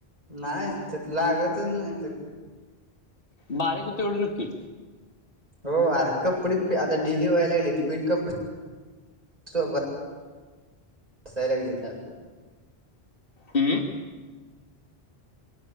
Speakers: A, on the right; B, on the left.
A: नाहीच त लागतच नाही तर.
B: बारिक हुतोय एवढ नक्की.
A: हो आर, कपडे आता ढिली व्हायला लागली आहेत. फिट कपडे.. सोब हसाय लागली त्या
B: अम्म...